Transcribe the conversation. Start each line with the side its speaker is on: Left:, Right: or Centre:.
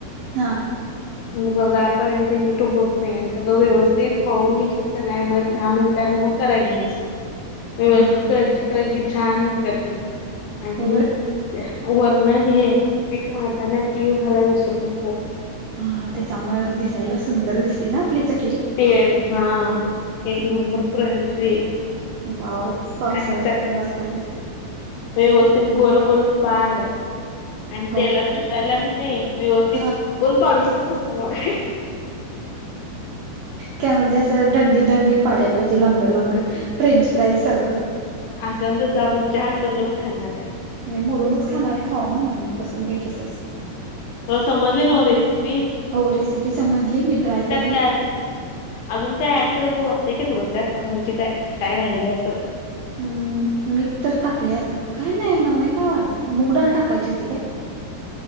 Right: हां.
Left: <inaudible> <inaudible> मग गार पाण्यानं ते नीट होत नाही, आणि सगळं व्यवस्थित मिळून घेतलीस की नाही, मग दहा मिनिटानं मग- करायला घ्यायचं. व्यवस्थित
Right: हा हा
Left: क्रंची क्रंची छान होत्यात आणि
Right: होय
Left: वरण हे पीठ मळताना तीळ घालायला विसरू नकोस.
Right: हा त्याच्यामुळे दिसायला सुंदर दिस तीन आपली चकी
Left: ते हा एक नंबर
Right: आणि
Left: क्रंची
Right: वाव
Left: त्यांचा
Right: पावसाळ्यात
Left: काय
Right: थंड वाजालेय
Left: व्यवस्थित गोल गोल पाड आणि
Right: हो
Left: तेलात सुटायला कणी व्यवस्थित
Right: हा
Left: गोल पाडूच नकोस तु मग.
Right: काय मजाच दंडी दंडी पाडाय पाहिजे लांबडं लांबड फ्रेंच फ्राईज सारखं.
Left: अस आणि तसं आपण चहा संघच खाणार हाय.
Right: नाही मोडूनच खाणार खावा म्हणणार ना मग कसं होईल तसं.
Left: तुला समजली नव रेसेपी.
Right: हो रेसिपी समजली मी ट्राय करीन.
Left: काय अजून काय ऍड करायचं वाटतय की तुला त्यातं म्हणजे काय काय राहिलय असं.
Right: हम. मीठ तर टाकलेय आता काय नाही मला नाही काय वाटत मुगडाळ टाकायची होती काय?